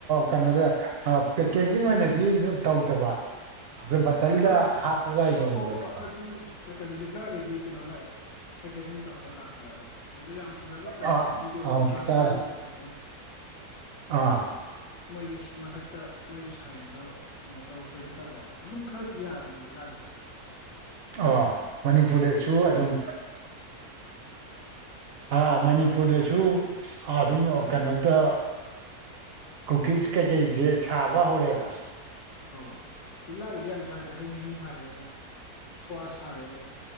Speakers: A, on the right (about 60°); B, on the left (about 75°).
A: ꯀꯩꯅꯣꯁꯦ ꯄꯦꯛꯀꯦꯖꯤꯡ ꯑꯣꯏꯅꯗꯤ ꯇꯧꯗꯕ ꯑꯩꯈꯣꯏ ꯕꯇꯜꯗ
B: ꯑꯥ
A: ꯍꯥꯞꯄꯒ ꯌꯣꯟꯕꯗꯨꯀꯣ
B: ꯑꯥ ꯑꯣ ꯑꯣ ꯑꯗꯨ ꯀꯩꯅꯣ ꯂꯤꯛꯂꯛꯑꯒꯗꯤ ꯀꯩꯅꯣ ꯂꯥꯛꯑꯦ ꯄꯦꯀꯦꯖꯤꯡ ꯇꯧꯔꯒ ꯂꯥꯛꯄ ꯌꯥꯎꯏꯤ ꯑꯗꯨ ꯌꯥꯝ ꯐꯖꯕ ꯄ
A: ꯑꯥ
B: ꯄꯦꯛꯀꯤꯡꯗꯤ ꯑꯣꯏꯗꯦ
A: ꯑꯥ
B: ꯇ꯭ꯔꯥꯟꯁꯄꯦꯔꯦꯟ
A: ꯆꯥꯔꯦ
B: ꯑꯣꯏꯕ ꯄꯦꯛꯀꯤꯡ
A: ꯑꯥ
B: ꯃꯣꯏꯒꯤ ꯃꯊꯛꯇ ꯃꯣꯏꯒꯤ ꯁꯥꯏꯟꯗꯣ ꯀꯩꯅꯣ ꯇꯧꯕ ꯄ꯭ꯔꯤꯟ ꯇꯧꯕ ꯑꯗꯨꯝ ꯈꯔꯗꯤ ꯌꯥꯔꯕꯅꯤ ꯂ ꯂꯥꯛꯑꯦꯗ
A: ꯑꯥ ꯃꯅꯤꯄꯨꯔꯗꯁꯨ ꯑꯗꯨꯝ ꯑ ꯃꯅꯤꯄꯨꯔꯗꯁꯨ ꯑꯗꯨꯝ ꯀꯩꯅꯣꯗ ꯀꯨꯀꯤꯁ ꯀꯩꯀꯩꯁꯦ ꯁꯥꯕ ꯍꯧꯔꯦꯕ
B: ꯑꯧ ꯂꯤꯛꯂꯥꯒꯤꯗꯤ ꯌꯥꯝ ꯁꯥꯔꯦ ꯍꯩ ꯃꯍꯤ ꯁꯥꯔꯦ ꯏꯁꯀ꯭ꯋꯥꯁ ꯁꯥꯔꯦ